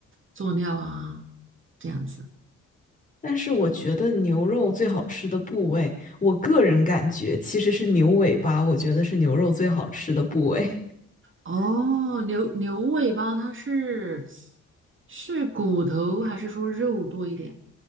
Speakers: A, on the right (about 40°); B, on the left (about 25°).
A: 佐料啊，这样子。
B: 但是我觉得牛肉最好吃的部位，我个人感觉其实是牛尾巴，我觉得是牛肉最好吃的部位。
A: 哦，牛牛尾巴它是是骨头还是说肉多一点